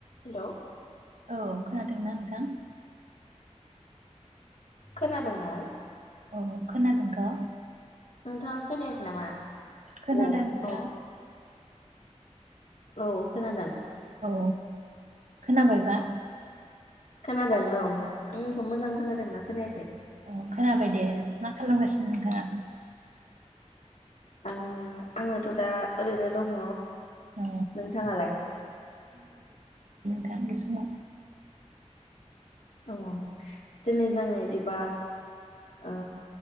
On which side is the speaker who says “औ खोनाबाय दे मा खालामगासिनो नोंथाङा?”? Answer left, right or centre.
Right